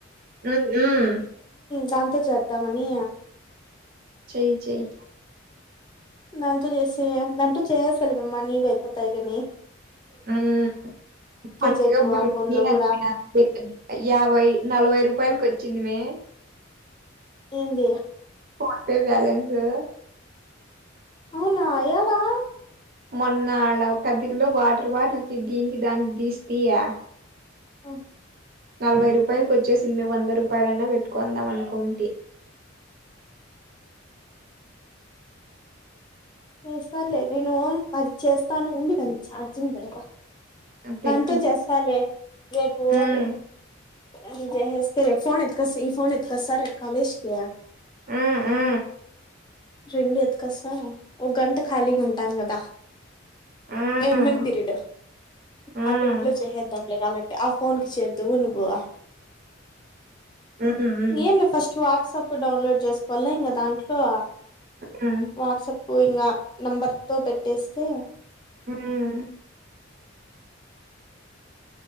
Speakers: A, on the right (about 50°); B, on the left (about 20°).
A: మ్మ్ హ్మ్
B: దాంతో చేద్దామని
A: చేయ్ చెయ్
B: దాంతో జేస్సే దాంతో చేసేస్సలే మమ్మ నీవి అయిపోతయ్ గాని
A: మ్మ్ పండుగప్పుడు
B: చేద్దు ఆ ఫోన్
A: <unintelligible>
B: లో కూడా
A: యాభై నలభై రూపాయలకి వచ్చి ఏందిమే
B: ఏంది
A: ఫోన్ ఫే బ్యాలెన్సు
B: అవునా యాలా
A: మొన్న ఆడ కదిరి లో వాటర్ బాటిల్కి దీనికి దానికి దీస్తియా
B: ఉ
A: నలవై రూపాయలుకు వచ్చేసింది వంద రూపాయలన్నా పెట్టుకుందాం అనుకుంటి.
B: లే సార్లే నేను అది చేస్తాను ఉంది అది చార్జంగ్ పెడతా
A: పెట్టు
B: దాంతో చేస్తాలే రేపు
A: మ్మ్
B: అట్ల చేసేస్తే రేపు ఫోన్ ఎత్తుకొస్తా ఈ ఫోన్ ఎత్తుకొస్తా రేపు కాలేజ్కి
A: ఊ ఊ
B: రెండు ఎత్తుకొస్తా ఒక గంట ఖాళీగా ఉంటాం కదా
A: మ్మ్
B: ఎంఎం పీరిడ్
A: మ్మ్
B: ఆ పీరిడ్ లో చేసేద్దాం లేగలంటే ఆ ఫోన్ కి చేద్ద ధువునుభవా
A: మ్మ్ మ్మ్
B: ఎంలే ఫస్ట్ వట్స్ కప్పు డౌన్లోడ్ చేసుకోవల్ల ఇంగ దాంట్లో
A: మ్మ్
B: వాట్సప్ ఓ ఇంగా నెంబర్ తో పెట్టేస్తే
A: హ్మ్